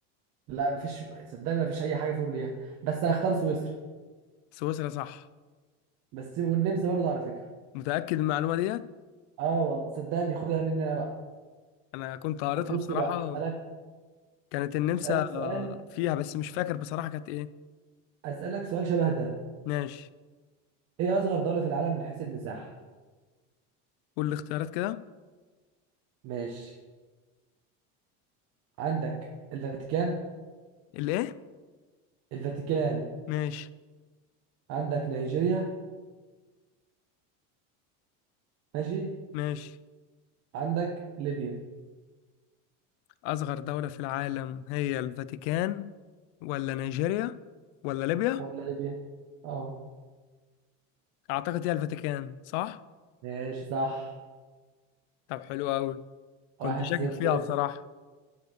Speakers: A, on the right; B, on the left.
A: لا مفيش صدقني مفيش اي حاجه فيهم ليها بس هختار سويسرا
B: سويسرا صح
A: بس والنمسا برضه على فكره
B: متأكد من المعلومة ديت
A: اه والله صدقني خدها مني انا بقى
B: انا كنت قريتها
A: طب بص
B: بصراحة
A: بقى اسالك
B: كانت النمسا
A: اسالك سؤال
B: آه، فيها بس مش فاكر بصراحة كانت ايه
A: اسالك سؤال شبه ده
B: ماشي
A: ايه اصغر دوله في العالم من حيث المساحه
B: قول الاختيارات كده
A: ماشي عندك الفاتيكان
B: الايه
A: الفاتيكان
B: ماشي
A: عندك نيجيريا ماشي
B: ماشي
A: عندك ليبيا
B: أصغر دولة في العالم هي الفاتيكان ولا نيجيريا ولا ليبيا
A: ولا ليبيا اه
B: أعتقد هي الفاتيكان صح؟
A: ماشي صح
B: طب حلو أوي كنت
A: واحد
B: شاكك
A: صفر
B: فيها
A: لسه
B: بصراحة